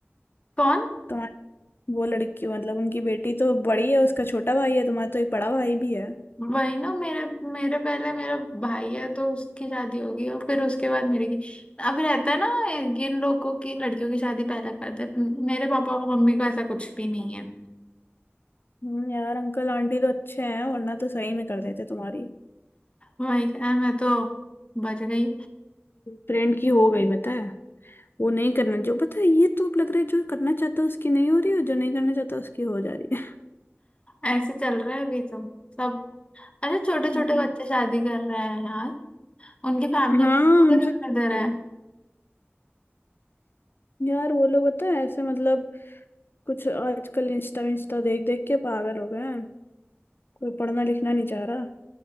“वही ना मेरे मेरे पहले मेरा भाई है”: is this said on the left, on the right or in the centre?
Left